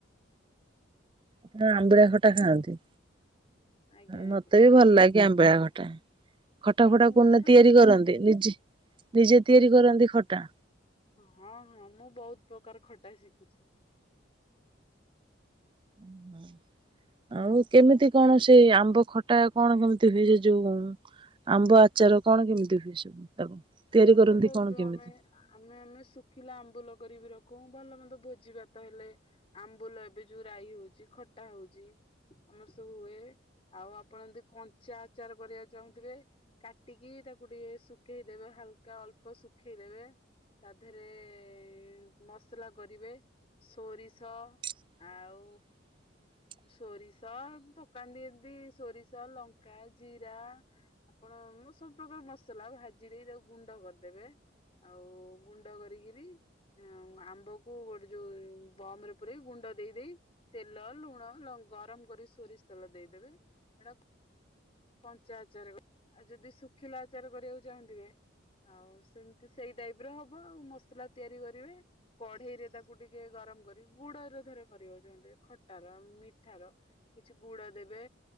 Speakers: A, on the right; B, on the left.
A: ଆପଣ
B: ଆଉ
A: ଅମ୍ବିଳା ଖଟା ଖାଆନ୍ତି।
B: ଆଜ୍ଞା
A: ମତେ
B: ଆଜ୍ଞା
A: ବି ଭଲ ଲାଗେ ଆମ୍ବିଳା ଖଟା ଖଟା ଫଟା
B: ମିଠା
A: କୋନ ତିଆରି
B: ଖଟା
A: କରନ୍ତି
B: ଟା
A: ନିଜେ? ନିଜେ ତିଆରି କରନ୍ତି ଖଟା?
B: ହଁ ହଁ ମୁଁ ବହୁତ ପ୍ରକାର ଖଟା ଶିଖିଛି।
A: <inaudible> ଆଉ କେମିତି କଣ ସେ ଆମ୍ବ ଖଟା କଣ କେମିତି ହୁଏ ସେ ଯୋଉ ଆମ୍ବ ଆଚାର କଣ କେମିତି ହଉଚି ତାକୁ? ତିଆରି
B: ଆମର
A: କରନ୍ତି
B: ତ ବହୁତ
A: କଣ କେମିତି?
B: ଆମେ ଆମେ ଆମେ ଶୁଖିଲା ଆମ୍ବୁଲ କରକି ବିି ରଖୁ ଭଲ ମନ୍ଦ ଭୋଜି ଭାତ ହେଲେ। ଆମ୍ବୁଲ ଏବେ ଯୋଉ ରାଇ ହଉଛି ଖଟା ହଉଛି ଆମର ସବୁ ହୁଏ। ଆଉ ଆପଣ ଯଦି କଞ୍ଚା ଆଚାର କରିବାକୁ ଚାହୁଁଥିବେ କାଟିକି ତାକୁ ଟିକେ ଶୁଖେଇ ଦେବେ ହାଲକା ଅଳ୍ପ ଶୁଖେଇ ଦେବେ। ତା ଦେହରେ ମସଲା କରିବେ ସୋରିଷ
A: <inaudible>
B: ଆଉ ସୋରିଷ ପକାନ୍ତି ଏମିତି ସୋରିଷ ଲଙ୍କା ଜିରା। ଆପଣଁ ମ ସବୁ ପ୍ରକାର ମସଲା ଭାଜି ଦେଇ ତାକୁ ଗୁଣ୍ଡ କରିଦେବେ। ଆଉ ଗୁଣ୍ଡ କରିକିରି। ଆମ୍ବ କୁ ଗୋଟେ ଯୋଉ ବମ ରେ ପୁରେଇ ଗୁଣ୍ଡ ଦେଇ ଦେଇ ତେଲ ଲୁଣ ଗରମ ଲ କରି ସୋରିଷ ତେଲ ଦେଇଦେବେ ସେଟା କଞ୍ଚା ଆଚାର କର ଆଉ ଯଦି ଶୁଖିଲା ଆଚାର କରିବାକୁ ଚାହୁଁଥିବେ ଆଉ ସେମିତି ସେଇ ଟାଇପ ର ହବ ଆଉ ମସଲା ତିଆରି କରିବେ। କଢେଇ ରେ ତାକୁ ଟିକେ ଗରମ କରି ଗୁଡରେ ଧର କରିବାକୁ ଚାହୁଁଥିବେ ଖଟାର ମିଠାର। କିଛି ଗୁଡ ଦେବେ।